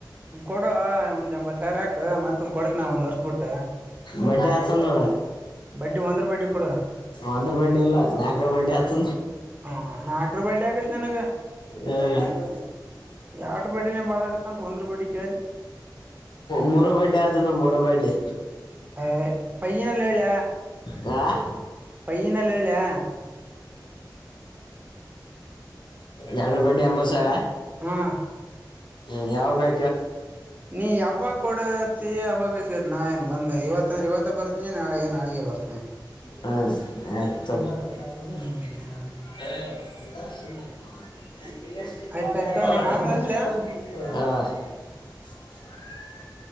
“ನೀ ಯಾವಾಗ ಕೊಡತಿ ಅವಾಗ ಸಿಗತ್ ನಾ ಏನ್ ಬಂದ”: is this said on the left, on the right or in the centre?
Right